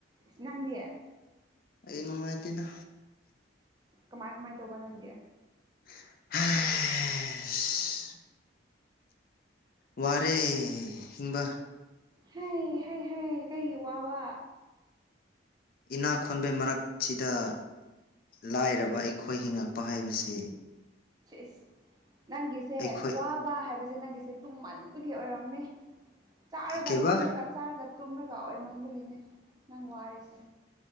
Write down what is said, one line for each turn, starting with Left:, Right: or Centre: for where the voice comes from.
Right: ꯏꯁ ꯅꯪꯗꯤ
Left: ꯑꯩꯗꯤ ꯅꯨꯡꯉꯥꯏꯇꯦꯅ
Right: ꯀꯃꯥꯏ ꯀꯃꯥꯏ ꯇꯧꯕ ꯅꯪꯗꯤ
Left: ꯍꯩꯁ ꯋꯥꯔꯤ ꯀꯨꯝꯕ
Right: ꯍꯩ ꯍꯩ ꯍꯩ ꯀꯩꯒꯤ ꯋꯥꯕ
Left: ꯏꯅꯥꯛ ꯈꯨꯟꯕꯩ ꯃꯔꯛꯁꯤꯗ ꯂꯥꯏꯔꯕ ꯑꯩꯈꯣꯏ ꯍꯤꯡꯉꯛꯄ ꯍꯥꯏꯕꯁꯤ
Right: ꯏꯁ ꯅꯪꯒꯤꯁꯦ
Left: ꯑꯩꯈꯣꯏ
Right: ꯋꯥꯕ ꯍꯥꯏꯕꯁꯦ ꯅꯪꯒꯤꯁꯦ ꯇꯨꯝꯃꯟꯕꯒꯤ ꯑꯣꯏꯔꯝꯅꯤ ꯆꯥꯔꯒ
Left: ꯀꯩꯕ
Right: ꯇꯨꯝꯂꯒ ꯆꯥꯔꯒ ꯇꯨꯝꯔꯒ ꯑꯣꯏꯃꯟꯕꯒꯤꯅꯤ ꯅꯪ ꯋꯥꯔꯤꯁꯦ